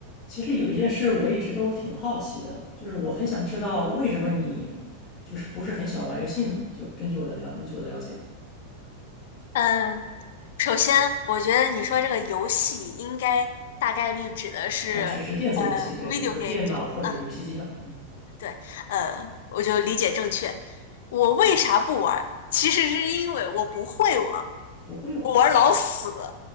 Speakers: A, on the left; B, on the left.
A: 其实有一件事我一直都挺好奇的，就是我很想知道为什么你就是不是很喜欢玩游戏呢？就根据我的了，根据我的了解
B: 嗯，首先，我觉得你说这个游戏应该大概率指的是
A: 啊，只是电子游戏，
B: 呃
A: 对，
B: video
A: 比如说电脑或者游戏机这样的，
B: game 这种啊，
A: 嗯，
B: 对，呃，我就理解正确。我为啥不玩儿？其实是因为我不会玩儿，
A: 不会玩儿。
B: 我玩儿老死。
A: 嗯